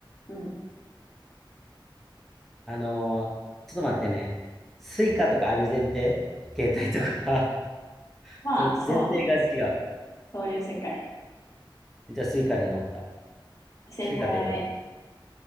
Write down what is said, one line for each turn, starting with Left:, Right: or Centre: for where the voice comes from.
Left: うん。
Centre: あのーちょっと待ってね。スイカとかある前提携帯とか <laughs>
Left: まあ、
Centre: その前提が違う。
Left: そうね。そういう世界。
Centre: じゃあスイカで乗った。
Left: 正解。
Centre: スイカというか、